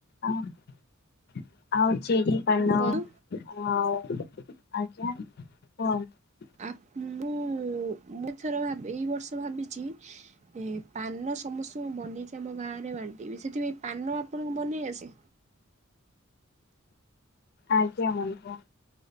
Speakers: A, on the left; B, on the right.
A: ଆଉ ଆଉ ଚିରି ପାନ
B: ବନ୍ଧୁ
A: ଆଉ ଆଜ୍ଞା। କୁହନ୍ତୁ?
B: ଆପ୍ ମୁଁ ମୁଁ ଥର ଭାବି ଏଇ ବର୍ଷ ଭାବିଛି ଇଁ ପାନ ସମସ୍ତଙ୍କୁ ବନେଇ କି ଆମ ଗାଁରେ ବାଣ୍ଟିବି ସେଥିପାଇଁ ପାନ ଆପଣଙ୍କୁ ବନେଇ ଆସେ?
A: ଆଜ୍ଞା ମଣିପୁଅ।